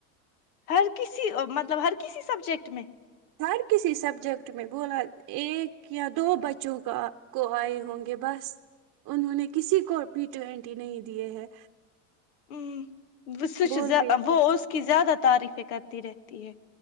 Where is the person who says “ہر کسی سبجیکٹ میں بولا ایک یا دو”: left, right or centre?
Right